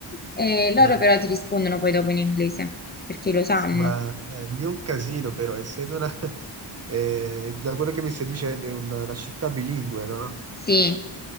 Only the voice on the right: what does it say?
Eh,
sì, ma eh, lì è un casino però, essendo una... <laughs> eh, da quello che mi stai dicendo è una, una città bilingue, no?